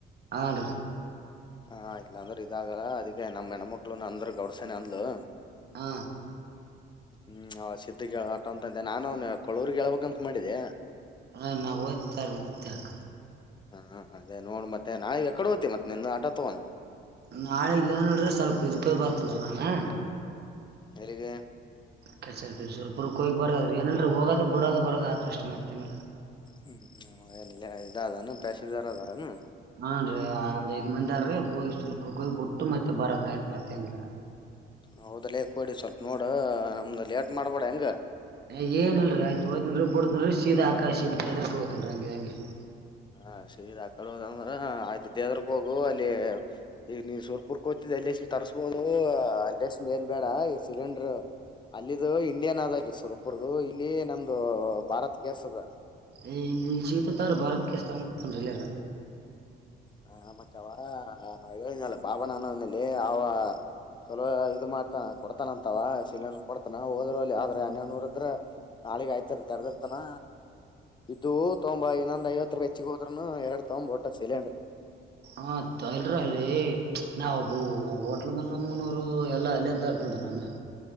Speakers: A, on the right; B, on the left.
A: ಹಾನ್ರಿ.
B: ಹಾ ಇಲ್ಲ ಅಂದ್ರೆ ಇದಾಗಲ್ಲ ಅದಕ್ಕೆ ನಮ್ಮ್ ಹೆಣ್ಮಕ್ಳು ಅಂದ್ರ ಗೌಡ್ಸನೆ ಅಂದ್ಲು.
A: ಹಾ
B: ಹ್ಮ್ ಅವ ಸಿದ್ಧಗ್ ಹೇಳ್ ಆಟ ಅಂತಂತೆ ನಾನು ಕೊಳ್ವರ್ಗ್ ಹೇಳ್ಬೇಕಂತ ಮಾಡಿದ್ದ.
A: ಅ ನಾವೊದ್ ತರ್ಮತ್ಯಾಗ
B: ಹಾ ಅದೇ ನೋಡ್ ಮತ್ತೆ ನಾಳಗ್ ಎಕಡೆ ಹೋಗ್ತಿ ಮತ್ತತ್ ನಿನ್ನ ಆಟ ತಗೊಂಡ
A: ನಾಳಿಗ್ ಏನಲ್ರ ಸ್ವಲ್ಪ ಇದಕ್ಕೆ ಬರ್ತನ್ ನಾನು
B: ಎಲ್ಲಿಗೆ
A: ಕೆಲ್ಸಲ್ ಸುರಪುರಕೋಗಿ ಬರೋ್ರ ಏನಲ್ ಹೋಗೋದು ಬಿಡೋದು ಬರೋದು ಆದ್ರಷ್ಟ ಮತ್ತೇನಲ್ಲ
B: ಹ್ಮ್ ಏನಿಲ್ಲ ಇದ ಅದಾನ ತಸೀಲ್ದಾರ್ ಅದಾರನು
A: ಹಾನ್ ರೀ ಆ ಒಂದಾಯಿದು ಮಂದಿ ಹೋಗ್ ಬಿಟ್ಟು ಮತ್ತೆ ಬರದ ಆಯ್ತು ಮತ್ತೆನ್ಲ್ಲ
B: ಹೌದಲ್ಲ ಕೊಡಿ ಸ್ವಲ್ಪ ನೋಡ್ ನಮ್ದ ಲೇಟ್ ಮಾಡ್ಬೇಡ ಹೆಂಗ.
A: ಏ ಏನಲ್ರಿ ಆಯ್ತು ಒತಿನಿರಿ ಬಿಡ್ತನಿರಿ ಸೀದ ಆಕಾ ಸೀದೇದಕ್ಕೆ ಹೋ <unintelligible> ತನನ್ ಹಂಗಿ ಹಂಗೆ <inaudible>
B: ಹ ಸಿದ ಆಕಡೆ ಹೋದಂದ್ರ ಆಯ್ತ ದೇವ್ರಕ್ ಹೋಗು ಅಲ್ಲಿ ಈಗ ನೀ ಸೂರ್ಪುರ್ಕ ಹೋಗ್ತಿದ್ದ ಎಲ್ಲಿಸ್ ತಗಬ್ ಕರ್ಸ್ಬೋದು ಅಂಂತಸನ್ ಬೇನ್ ಬೇಡ ಈ ಸಿಲಿಂಡರ್ ಅಲ್ಲಿದುು ಇಂಡಿಯನ್ ಅದ ಅಲ್ಲಿ ಸುರಪುರದುು ಇಲ್ಲಿ ನಮ್ದು ಭಾರತ್ಗೆೇಸ್ ಅದ
A: ಈ ಸಿಕ್ಕತ್ತಂದ್ರಿ ಭಾರತ್ ಗ್ಯಾಸ್ ಇಲ್ಲನ
B: ಹ ಮತ್ತವ ನಾವ ಹೇಳಲ್ಲ ಬಾಬಣ್ಣಾನನಲ್ಲಿ ಅವ ಚಲೋ ಇದು ಮಾಡ್ತಾ ಕೊಡ್ತಾನ ಅಂತವ ಸಿಲಿಂಡರ್ ಕೊಡ್ತಾನ ಹೋದ್ರಲ್ಲಿ ಆದ್ರೆ ಹನ್ನಡುನೂರಿದ್ರ ನಾಳಿಕ ಅದ್ಯಾವರ ತೆರ್ದಿರ್ತಾನ ಇದು ತೊಂಬ ಇನ್ನೊಂದ್ ಐವತ್ತು ರೂಪಾಯ ಹೆಚ್ಚಿಗೆ ಹೋದ್ನು ಎರಡು ತೊಂಬಾ ಒಟ ಸಿಲೆಂಡ್ರರ್
A: ಹತ ಇಲ್ರಿ ಅಲ್ಲಿ ನಾ ಹೋಟ್ಲ್ ಮ ನಮ್ಮನರು ಎಲ್ಲಾ ಅಲ್ಲ್ದತ ಅದ